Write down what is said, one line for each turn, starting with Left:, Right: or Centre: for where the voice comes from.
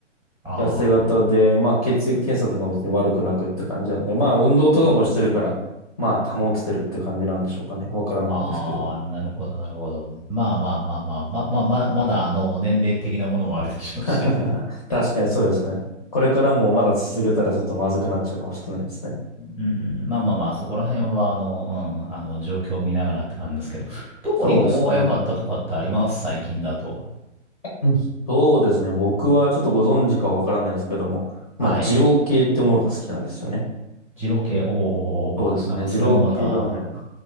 Centre: ああ。
Left: 痩せ型で、まあ血液検査とかも別に悪くなくって感じなんで、まあ運動とかもしてるから、
Centre: うん
Left: まあ保ててるって感じなんでしょうかね。わからないんですけど。
Centre: ああ、なるほど、なるほど。まあまあまあまあ、ま、ま、ま、まだあの年齢的なものもあるでしょうし。
Left: <laughs> 確かにそうですね。これからもまだ続けたらちょっとまずくなっちゃうかもしれないですね。
Centre: うんうん、まあまあまあ、そこら辺は、あの、うん、あの、状況を見ながらって感じですけど、特にここが良かったとかってあります最近だと。
Left: そうですね。うんそうですね。僕はちょっとご存知かわからないですけども、まあ二郎系ってものが好きなんですよね。
Centre: はい。二郎系、おー、
Left: そうですね。
Centre: なんかそれもまた、
Left: 二郎系ラーメン。
Centre: あの、